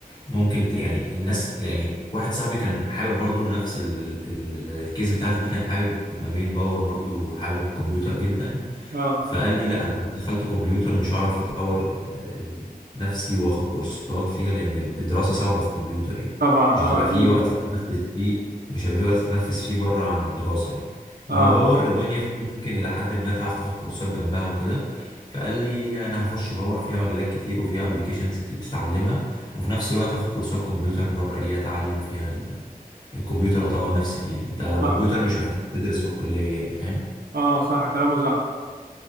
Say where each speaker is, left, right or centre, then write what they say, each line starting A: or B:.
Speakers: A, on the left; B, on the right.
A: ممكن ت- يعني الناس يعني واحد صاحبي كان حابب برضو نفس ال- ال- الكيس بتاعتي دي كان حابب ما بين باور برضو وحابب كمبيوتر جدا
B: اه
A: فقال لي لا انا دخلت كمبيوتر مش هعرف اطور ال- ال- نفسي واخد كورسات فيها لان الدراسة صعبة في كمبيوتر يعني
B: طبعا
A: مش
B: اه
A: هتبقى
B: اكيد
A: فيه وقت تتنفس فيه مش هيبقى فيه وقت تتنفس فيه بره عن الدراسة يعني
B: اه
A: لما باور الدنيا فيها ممكن الى حد ما تعرف تاخد كورسات جنبها وكده فقال لي انا هخش باور فيها مجالات كتير وفيها ابلكيشنز كتير بتتعلمها وفي نفس الوقت اخد كورسات كمبيوتر بره ايه اتعلم فيها ال- الكمبيوتر اطور نفسي فيه انت
B: صح
A: كمبيوتر مش محتاج تدرس في الكلية يعني فاهم
B: اه صح كلامه صح